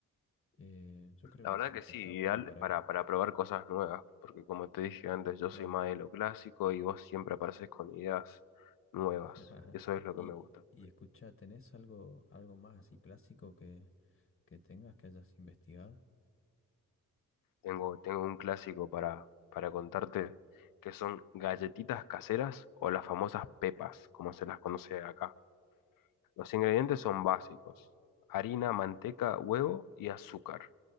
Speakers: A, on the left; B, on the left.
A: Eh, yo creo
B: La
A: que
B: verdad
A: sí,
B: que
A: que
B: sí,
A: está
B: ideal
A: bueno para...
B: para, para probar cosas nuevas, porque como te dije antes, yo
A: Claro.
B: soy más de lo clásico y vos siempre apareces con ideas nuevas.
A: <laughs>
B: Eso es lo
A: Y,
B: que me gusta.
A: y escuchá, ¿tenés algo, algo más así clásico que, que tengas que hayas investigado?
B: Tengo, tengo un clásico para, para contarte que son galletitas caseras o las famosas pepas, como se las conoce acá. Los ingredientes son básicos, harina, manteca, huevo y azúcar,